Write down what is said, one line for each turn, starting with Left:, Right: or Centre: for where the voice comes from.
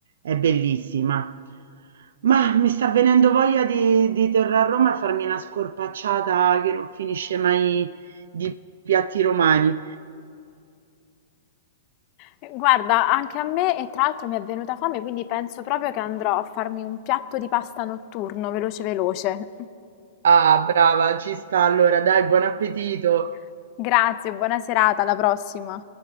Right: è bellissima. Mah, mi sta venendo voglia di di tornare a Roma e farmi una scorpacciata che non finisce mai di piatti romani.
Left: Eh, Guarda, anche a me e tra l'altro mi è venuta fame, quindi penso proprio che andrò a farmi un piatto di pasta notturno, veloce veloce.
Right: Ah, brava, ci sta allora, dai, buon appetito!
Left: <laughs> Grazie, buona serata, alla prossima.